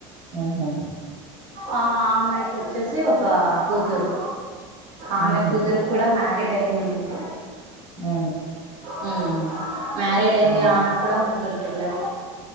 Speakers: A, on the right; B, on the right.
A: ఆహా!
B: ఆ అమ్మాయి వచ్చేసి ఒక కూతురు ఆమె
A: ఆహా!
B: కూతురుకి కూడా మ్య రేడ్ అయిందిలండి
A: ఆ
B: హ్మ్ మారీడ్ అయింది
A: అవును.
B: ఆమె కూడా ముగ్గురు పిల్లలు